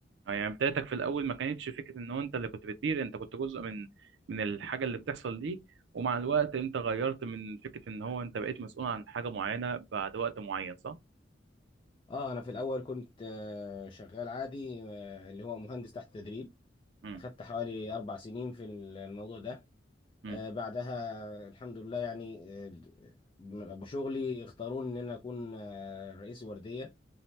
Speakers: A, on the right; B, on the left.
A: اه يعني بدايتك في الاول ما كانتش فكره ان هو انت اللي كنت بتدير انت كنت جزء من من الحاجه اللي بتحصل دي ومع الوقت انت غيرت من فكره ان هو انت بقيت مسؤول عن حاجه معينه بعد وقت معين صح
B: اه انا في الاول كنت آه، شغال عادي آه، اللي هو مهندس تحت تدريب
A: مم.
B: اخدت حوالي اربع سنين في الموضوع ده
A: مم.
B: آه، بعدها الحمد لله يعني آه، بشغلي اختاروني ان انا اكون آه، رئيس وردية